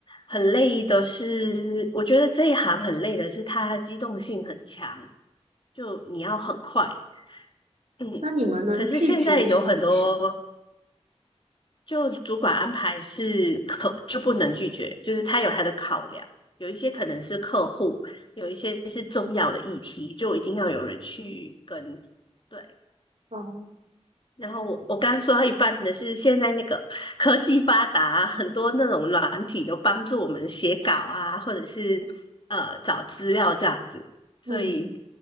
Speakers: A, on the left; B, on the right.
A: 很累的是，我觉得这一行很累的是它机动性很强，就你要很快。嗯，
B: 那你们能拒绝一些不想，
A: 可是现在有很多。就主管安排是可就不能拒绝，就是他有他的考量，有一些可能是客户，有一些是重要的议题，就一定要有人去跟。对，
B: 哦，
A: 然后我我刚说到一半的是，现在那个科技发达啊，很多那种软体都帮助我们写稿啊，或者是呃找资料这样子，所以
B: 嗯，